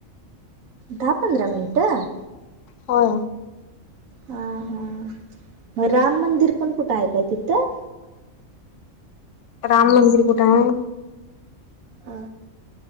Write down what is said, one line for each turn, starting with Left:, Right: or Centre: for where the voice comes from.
Right: दहा पंधरा मिनटं.
Left: हो.
Right: हा हा मग राम मंदिर पण कुठं आहे काय तिथं.
Left: राम मंदिर कठ हाय
Right: अ